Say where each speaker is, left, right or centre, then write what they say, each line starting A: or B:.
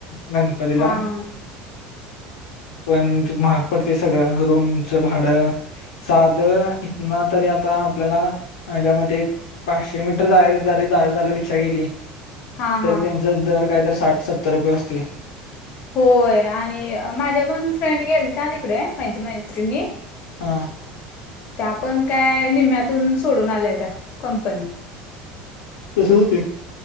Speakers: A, on the left; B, on the left.
A: गणपतीला.
B: हा हा <inaudible>
A: पण ते महाग पडते सगळ. रूमच भाड साध इथन तरी आता आपल्याला, माझ्या मते पाचशे मीटर जायच जरी झाल. रिक्षा केली
B: हा
A: तरी
B: हा
A: त्यांच ज दर काय तर साठ सत्तर रुपये असते.
B: होय, आणि माझ्या पण फ्रेंड गेलत्या तिकडे. माझ्या मैत्रिणी.
A: हा
B: त्या पण काय निम्यातून सोडून आल्या त्या कंपनी.
A: तस हो ते